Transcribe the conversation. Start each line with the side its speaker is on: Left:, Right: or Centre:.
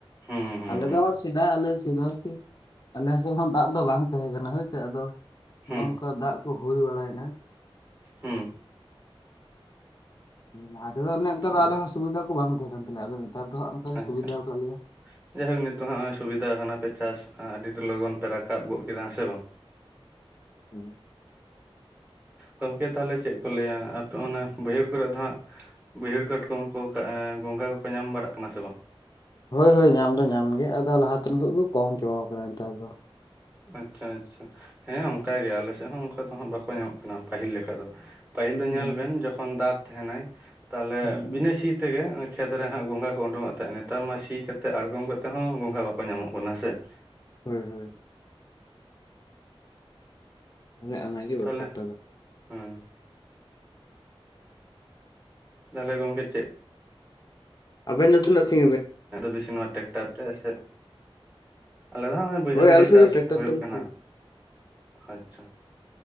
Right: ᱦᱩᱸ ᱦᱩᱸ
Left: ᱟᱞᱮ
Right: ᱦᱩᱸ
Left: ᱪᱮᱫᱟᱜ ᱟᱞᱮ ᱪᱮᱫᱟᱜ ᱥᱮ ᱟᱞᱮ ᱥᱮᱫ ᱦᱚᱸ ᱫᱟᱜ ᱫᱚ ᱵᱟᱝ ᱛᱟᱦᱮᱸ ᱠᱟᱱᱟ ᱦᱳᱭ ᱪᱮ ᱟᱫᱚ
Right: ᱦᱩᱸ
Left: ᱱᱚᱜ ᱱᱚᱝᱠᱟ ᱫᱟᱜ ᱠᱚ ᱦᱩᱭ ᱵᱟᱲᱟ ᱭᱮᱱᱟ᱾
Right: ᱦᱩᱸ᱾
Left: ᱦᱩᱸ ᱞᱟᱦᱟ ᱛᱮᱫ ᱚᱱᱮ ᱚᱱᱠᱟ
Right: ᱦᱩᱸ
Left: ᱫᱚ ᱟᱞᱮᱦᱚ ᱥᱩᱵᱤᱫᱷᱟ ᱠᱚ ᱵᱟᱝ ᱛᱟᱦᱮᱸ ᱠᱟᱱ ᱛᱟᱞᱮᱭᱟ ᱟᱫᱚ- ᱱᱮᱛ ᱫᱚ ᱦᱟᱸᱜ ᱱᱚᱝᱠᱟ ᱜᱮ
Right: ᱟᱪᱪᱷᱟ
Left: ᱥᱩᱵᱤᱫᱷᱟ ᱟᱠᱟᱫ ᱞᱮᱭᱟ᱾
Right: ᱡᱟᱭᱦᱳᱠ ᱱᱤᱛᱚᱜ ᱦᱟᱸᱜ ᱱᱚᱜᱼᱚᱭ ᱥᱩᱵᱤᱫᱷᱟ ᱠᱟᱱᱟ ᱯᱮ ᱪᱟᱥ ᱟᱹᱰᱤ ᱞᱚᱜᱚᱱ ᱯᱮ ᱨᱟᱠᱟᱵ ᱜᱚᱫ ᱠᱮᱫᱟ ᱦᱮᱸ ᱥᱮ ᱵᱟᱝ?
Left: ᱦᱩᱸ᱾
Right: ᱜᱚᱝᱠᱮ ᱛᱟᱦᱞᱮ ᱪᱮᱫ ᱠᱚ ᱞᱟᱹᱭᱟ ᱟᱯᱮ ᱚᱱᱟ ᱵᱟᱹᱭᱦᱟᱹᱲ ᱠᱚᱨᱮᱜ ᱫᱚ ᱦᱟᱸᱜ- ᱵᱟᱹᱭᱦᱟᱹᱲ ᱠᱟᱴᱠᱚᱢ ᱠᱚ ᱜᱚᱝᱜᱷᱟ ᱠᱚᱠᱚ ᱧᱟᱢ ᱵᱟᱲᱟᱜ ᱠᱟᱱᱟ ᱥᱮ ᱵᱟᱝ?
Left: ᱦᱳᱭ ᱦᱳᱭ ᱧᱟᱢ ᱫᱚ ᱧᱟᱢ ᱜᱮ ᱟᱫᱚ ᱞᱟᱦᱟᱛᱮᱱ ᱠᱦᱚᱡ ᱠᱚ ᱠᱚᱢ ᱪᱟᱵᱟ ᱟᱠᱟᱱᱟ ᱱᱮᱛᱟᱨ ᱫᱚ᱾
Right: ᱟᱪᱪᱷᱟ ᱟᱪᱪᱷᱟ ᱦᱮᱸ ᱚᱱᱠᱟᱜᱮ ᱟᱞᱮ ᱥᱮᱫ ᱦᱚᱸ ᱚᱱᱠᱟ ᱫᱚ ᱦᱟᱸᱜ ᱵᱟᱠᱚ ᱧᱟᱢᱚᱜ ᱠᱟᱱᱟ ᱯᱟᱹᱦᱤᱞ ᱞᱮᱠᱟ ᱫᱚ᱾ ᱯᱟᱹᱦᱤᱞ ᱫᱚ
Left: ᱦᱩᱸ
Right: ᱧᱮᱞ ᱵᱮᱱ ᱡᱚᱠᱷᱚᱱ ᱫᱟᱜᱽ ᱛᱟᱦᱮᱱᱟᱭ ᱛᱟᱦᱚᱞᱮ
Left: ᱦᱩᱸ
Right: ᱵᱤᱱᱟᱹ ᱥᱤ ᱛᱮᱜᱮ- ᱠᱷᱮᱛ ᱨᱮ ᱦᱟᱸᱜ ᱜᱚᱝᱜᱷᱟ ᱠᱚ ᱩᱰᱩᱝᱭᱮᱫ ᱛᱟᱦᱮᱸᱜ ᱱᱮᱛᱟᱨ ᱢᱟ ᱥᱤ ᱠᱟᱛᱮ ᱟᱬᱜᱚᱢ ᱠᱟᱛᱮ ᱦᱚᱸ ᱜᱚᱝᱜᱷᱟ ᱵᱟᱠᱚ ᱧᱟᱢᱚᱜ ᱠᱟᱱᱟ ᱥᱮ? ᱦᱩᱸ-
Left: ᱦᱳᱭ ᱦᱳᱭ ᱚᱱᱮ ᱚᱱᱟᱜᱮ ᱵᱮᱯᱟᱨ
Right: ᱛᱟᱦᱚᱞᱮ
Left: ᱴᱟ ᱫᱚ-
Right: ᱦᱮᱸ- ᱛᱟᱦᱞᱮ ᱜᱚᱝᱠᱮ ᱪᱮᱫ-
Left: ᱟᱵᱮᱱ ᱫᱚ ᱛᱤᱱᱟᱹᱜ ᱥᱟᱹ-
Right: ᱵᱮᱥᱤ ᱱᱚᱣᱟ ᱴᱮᱠᱴᱟᱨ ᱛᱮ ᱥᱮ ᱟᱞᱮ ᱫᱚ ᱦᱟᱸᱜ ᱵᱟᱹᱭᱦᱟᱹᱲ
Left: ᱦᱳᱭ
Right: ᱨᱮᱜᱮ
Left: ᱟᱞᱮ ᱥᱮᱫ
Right: ᱪᱟᱥ
Left: ᱫᱚ ᱴᱨᱟᱠᱴᱟᱨ
Right: ᱦᱩᱭᱩᱜ
Left: ᱛᱮᱠᱚ
Right: ᱠᱟᱱᱟ᱾
Left: ᱥᱤ
Right: ᱟᱪᱪᱷᱟ